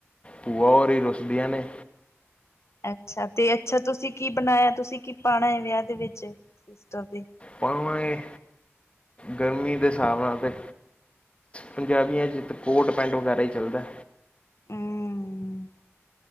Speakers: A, on the left; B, on the left.
A: ਭੂਆ ਔਰ ਈ ਰੁਸਦੀਆਂ ਨੇ
B: ਅੱਛਾ ਤੇ ਅੱਛਾ ਤੁਸੀਂ ਕੀ ਬਣਾਇਆ ਤੁਸੀਂ ਕੀ ਪਾਣਾ ਐ ਵਿਆਹ ਦੇ ਵਿੱਚ ਸਿਸਟਰ ਦੇ
A: ਪਾਵਾਂਗੇ, ਗਰਮੀ ਦੇ ਹਿਸਾਬ ਨਾਲ ਤੇ ਪੰਜਾਬੀਆਂ 'ਚ ਤਾਂ ਕੋਟ -ਪੈਂਟ ਵਗੈਰਾ ਈ ਚੱਲਦਾ।
B: ਹੂੰ